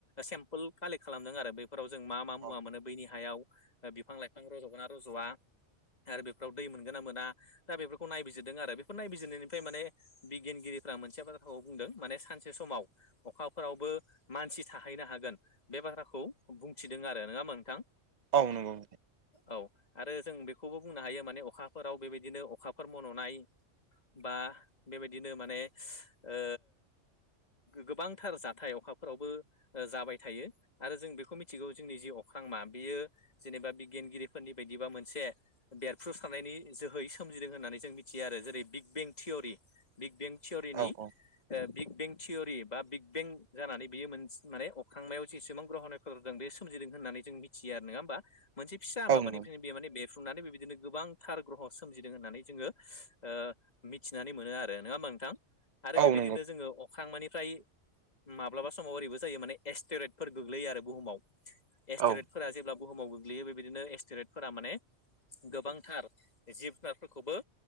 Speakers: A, on the left; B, on the right.
A: सेम्पोल कालेक्ट खालामदों आरो बेफोराव जों मा मा
B: औ
A: मुवा मोनो बैनि हायाव बिफां लाइफां रज'गोन ना रज'या आरो बेफोराव दै मोनगोन ना मोना दा बेफोरखौ नायबिजिरदों आरो बेफोर नायबिजिरनायनिफ्राय माने बिगियानगिरिफ्रा मोनसे बाथ्राखौ बुंदों माने सानसे समाव अखाफोरावबो मानसि थाहैनो हागोन बे बाथ्राखौ बुंथिदों आरो नङा होमबा नोंथां।
B: औ नंगौ।
A: औ आरो जों बेखौबो बुंनो हायो माने अखाफोराव बेबायदिनो अखाफोर मन'नाय बा बेबायदिनो माने ओ गोबांथार जाथाय अखाफोरावबो जाबाय थायो आरो जों बेखौ मिथिगौ जोंनि जि अख्रांमा बेयो जेनेबा बिगियानगिरिफोरनि बायदिबा मोनसे बेरफ्रुसारनायनि जोहै सोमजिदों होननानै जों मिथियो आरो जेरै बिग बें थिउरि बिग बें थिउ'रिनि
B: औ औ
A: बिग बें थिउरि बा बिग बें जानानै बियो मोनसे माने अख्रांमायाव जेसेबां ग्रहन हो जों बे सोमजिदों होननानै जों मिथियो आरो नङा होमबा? मोनसे फिसा
B: औ
A: माबानिफ्रायनो
B: नंगौ
A: बे माने बे सुफुंनानै बेबायदिनो गोबांथार ग्रह सोमजिदों होननानै जोङो ओ मिथिनानै मोनो आरो नङा होमबा नोंथां आरो
B: औ
A: बेबायदिनो
B: नंगौ
A: जोङो अख्रां मानिफ्राय माब्लाबा समाव ओरैबो जायो माने एस्टेरेटफोर गोग्लैयो आरो बुहुमाव। एस्टेरेटफोरा
B: औ
A: जेब्ला बुहुमाव गोग्लैयो बेबायदिनो एस्टेरेटफोरा माने गोबांथार जिब जुनारफोरखौबो